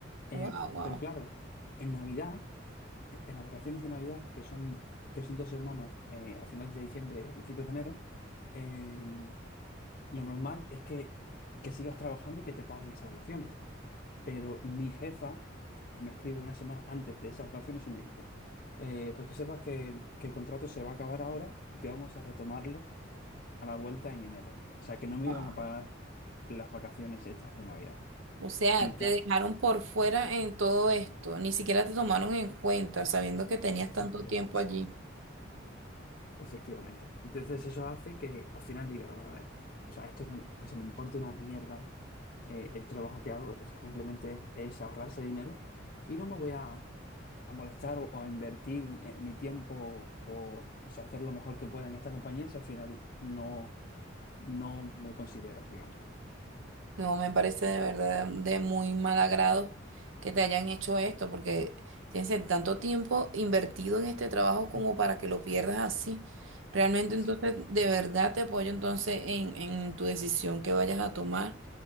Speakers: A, on the left; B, on the right.
A: Eh,
B: wow, wow.
A: pero claro, en Navidad, en las vacaciones de Navidad, que son, que son dos semanas, eh, a finales de diciembre y a principios de enero, eh, lo normal es que, que sigas trabajando y que te paguen esas vacaciones. Pero mi jefa eh, me escribe una semana antes de esas vacaciones y me dice, eh, pues que sepas que, que el contrato se va a acabar ahora y que vamos a retomarlo a la vuelta en enero. O sea, que no me
B: wow.
A: iban a pagar las vacaciones estas de Navidad.
B: O sea,
A: Y claro,
B: te dejaron por fuera en todo esto, ni siquiera te tomaron en cuenta, sabiendo que tenías
A: efectivamente,
B: tanto tiempo allí.
A: efectivamente. Entonces eso hace que al final diga, bueno, a o sea, esto no, se le importa una mierda eh, el trabajo que hago, o sea, simplemente es ahorrar ese dinero y no me voy a, a molestar o, o a invertir eh, mi tiempo o, o sea, hacer lo mejor que pueda en esta compañía si al final no, no me consideran, digamos.
B: No, me parece de verdad de muy mal agrado que te hayan hecho esto, porque tienes el tanto tiempo invertido en este trabajo como
A: Ujú.
B: para que lo pierdas así. Realmente
A: Así
B: entonces,
A: es.
B: de verdad te apoyo entonces en, en tu decisión que vayas a tomar